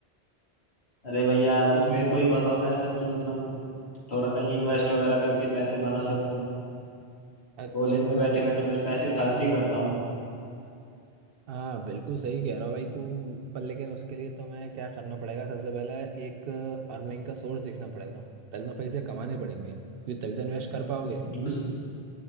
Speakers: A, on the left; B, on the right.
A: अरे भैया कुछ मेरे को ही बताओ ना ऐसा कि मतलब थोड़ा कहीं इन्वेस्ट वगैरह करके पैसे बना सकूं
B: अच्छा
A: कॉलेज में बैठे बैठे बस पैसे खर्च ही करता हूँ
B: हाँ बिल्कुल सही कह रहा भाई तू पर लेकिन उसके लिए तो मैं क्या करना पड़ेगा सबसे पहले एक अर्निंग का सोर्स देखना पड़ेगा पहले तो पैसे कमाने पड़ेंगे क्योंकि तभी तो इन्वेस्ट कर पाओगे
A: मतलब